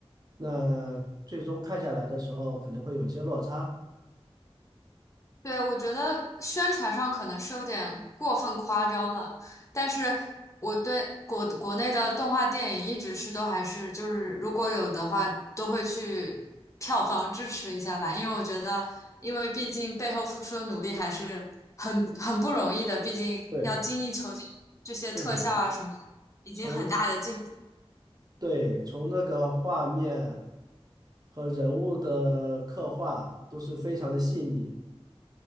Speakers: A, on the right (about 35°); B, on the left (about 30°).
A: 那最终看下来的时候可能会有一些落差。
B: 对，我觉得宣传上可能是有点过分夸张了，但是我对国国内的动画电影一直是都还是就是如果有的话，都会去票房支持一下吧，因为我觉得，因为毕竟背后付出的努力还是很很不容易的，毕竟要精益求精，
A: 对，
B: 这些特效啊什么，
A: 是的，
B: 已经很大的进。
A: 从
B: 步。
A: 对，从那个画面和人物的刻画都是非常的细腻。